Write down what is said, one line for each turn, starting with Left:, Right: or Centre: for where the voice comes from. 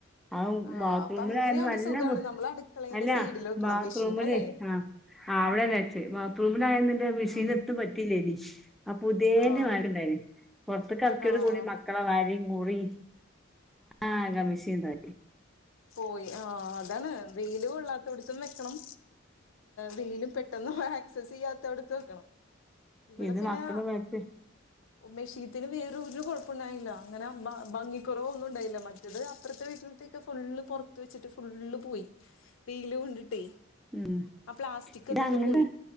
Centre: ആഹ്
Left: ആ
Centre: ബാത്റൂമിലായന്ന്
Left: അപ്പൊ അങ്ങനെയാകുമ്പോ
Centre: നല്ല
Left: സുഖാണ് നമ്മൾ അടുക്കളേന്റെ
Centre: അല്ല
Left: സൈഡിൽ വെക്കണം
Centre: ബാത്റൂമ്
Left: മെഷീൻ അല്ലേ
Centre: ലയ് ആഹ് ആഹ് അവിടെന്നെച്ചേ ബാത്റൂമിലായന്ന് ന്റെ മെഷീൻ
Left: ആ
Centre: എത്തും പറ്റല്ലയ്നി അപ്പ പുതിയന്റെമാരിണ്ടയ്ന്
Left: ആ
Centre: പുറത്ത കറക്കിയോട്
Left: ആ
Centre: കൂടി മക്കൾ മക്കളെ വരിം കുറിം ആക മിഷീന് താക്കി
Left: പോയി ആഹ് അതാണ് വെയിലു കൊള്ളാത്ത കൊള്ളാടുത്തോട്ത്തും വെക്കണം വെയിലു പെട്ടന്നു ആക്സസ് ചെയ്യാത്ത അടുത്ത് വെക്കണം ഇവിടെ
Centre: ഇത്
Left: പിന്നെ
Centre: മക്കള് പറ്റ
Left: മെഷീത്തിന് വേറരു കൊഴപ്പുണ്ടായില്ല അങ്ങനെ ഭംഗിക്കുറവ ഒന്നും ഉണ്ടായില്ല മറ്റത് അപ്പുറത്തെ വീട്ടിൽ അപ്പോർത്തക്കെ ഫുള്ള് പുറത്ത് വെച്ചിട്ട് ഫുള്ള് പോയി വെയില് കൊണ്ടിട്ടേ
Centre: ഉം
Left: ആ പ്ലാസ്റ്റിക്
Centre: ഇത്
Left: ഒക്കെ
Centre: അങ്ങനെ
Left: പോയി